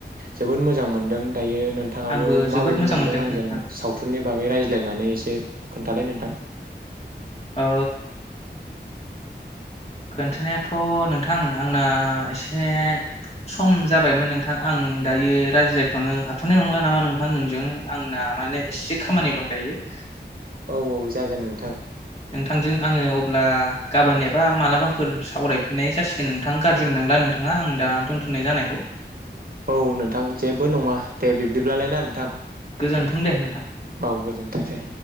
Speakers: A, on the right; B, on the left.
A: जोबोद मोजां मोनदों। दायो नोंथाङाबो
B: आंबो
A: माबायदि
B: जोबोद मोजां
A: मोनदों आंजों
B: नोंथां
A: साव नि बागै रायज्लायनानै एसे खोन्थालाय नोंथां
B: ओ खोन्थानायाथ' नोंथां आंना एसे सम जाबायमोन नोंथां आं दायो रायज्लायथ'नो हाथ'नाय नंला नामा नोंथां नोंजों आंना माने एसे खामानि दं दायो।
A: औ औ जागोन नोंथां।
B: नोंथांजों आङो अब्ला गाबोन एबा मालाबाफोर सावरायफिननाय जासिगोन नोंथां गाज्रि मोननांला नोंथाङा आं दा दोनथ'नाय जानायखौ।
A: औ नोंथां जेबो नङा दे बिब्दिब्लालाय ना नोंथां।
B: गोजोन्थों दे नोंथां
A: औ गोजोनथोंसै।